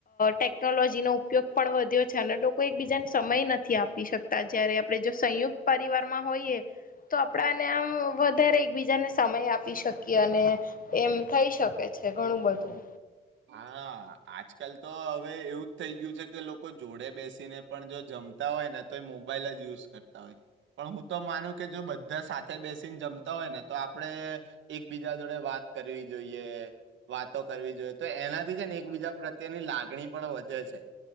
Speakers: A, on the left; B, on the right.
A: ટેકનોલોજીનો. ઉપયોગ પણ વધ્યો છે અને લોકો એકબીજાને સમય નથી આપી શકતા જયારે આપણે જો સંયુક્ત પરિવાર માં હોઈએ તો આપડાને આમ વધારે એકબીજાને સમય આપી શકીએ અને એમ. થઈ શકે છે ઘણું બધું.
B: હા આજકાલ તો હવે એવું જ થઈ ગયું છે કે લોકો. લોકો જોડે બેસીને પણ જો જમતા હોય ને તો એ મોબાઈલ જ યુઝ કરતા હોય. પણ હું તો માનું કે જો બધા સાચ સાથે બેસીને જમતા હોય ને તો આપડે એકબીજા જોડે વાત કરવી જોઈએ. વાતો કરવી જોઈએ તો એનાથી છે ને એકબીજા પ્રત્યેની લાગણી પણ વધે છે.